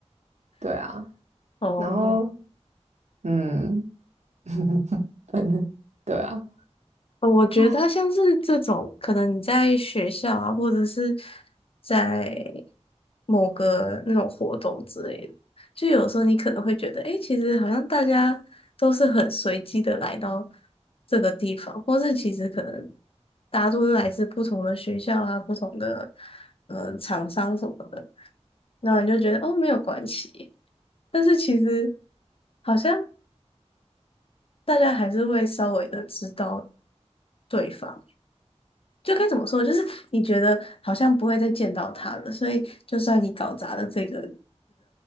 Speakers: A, on the right; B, on the left.
A: 对啊，
B: 哦，
A: 然后嗯，<laughs> 反正对啊，
B: 呃我觉得像是这种，
A: 哎
B: 可能你在学校啊，或者是在某个那种活动之类的，就有时候你可能会觉得，诶，其实好像大家都是很随机的来到这个地方，或是其实可能大家都是来自不同的学校啊、不同的呃厂商什么的，然后你就觉得哦没有关系，但是其实好像大家还是会稍微的知道对方。就该怎么说，就是你觉得好像不会再见到他了，所以就算你搞砸了这个，